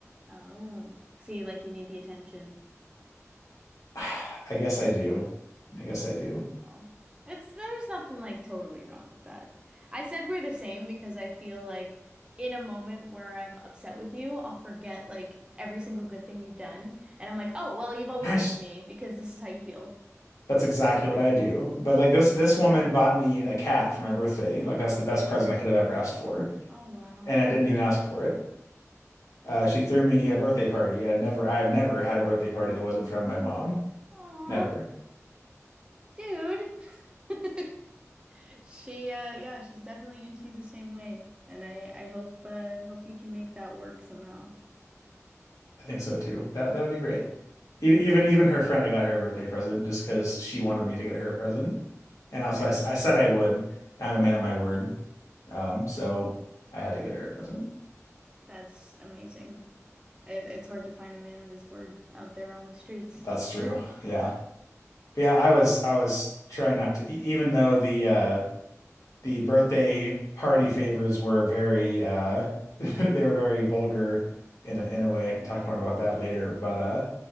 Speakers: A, on the right; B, on the left.
A: oh. See, like you need the attention.
B: <sighs> I guess I do. I guess I do.
A: Well, it's there's nothing like totally wrong with that. I said we're the same because I feel like in a moment where I'm upset with you, I'll forget like every single good thing you've done, and I'm like, "Oh, well, you've always
B: Gosh,
A: hated me because this is how you feel."
B: that's exactly what I do. But like this this woman bought me a cat for my birthday. Like that's the best present I could have ever asked for,
A: Oh, wow.
B: and I didn't even ask for it. Uh, she threw me a birthday party. I'd never, I've never had a birthday party that wasn't from my mom.
A: Aw,
B: Never.
A: dude. <laughs> She uh yeah, she's definitely into you the same way, and I I hope uh hope you can make that work somehow.
B: I think so too. That that would be great. E- Even even her friend, I got her a birthday present just because she wanted me to get her a present. And also, I, s- I said I would. And I'm a man of my word. Um, so I had to get her a present.
A: That's amazing. It, it's hard to find a man of his word out there on the streets.
B: That's
A: <laughs>
B: true. Yeah. But yeah, I was I was trying not to, e- even though the uh the birthday party favors were very uh <laughs> they were very vulgar in a, in a way. I can talk more about that later, but uh